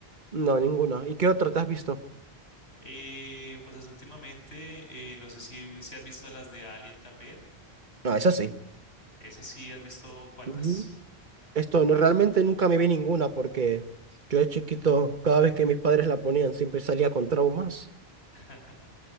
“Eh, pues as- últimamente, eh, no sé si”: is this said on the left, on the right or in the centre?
Left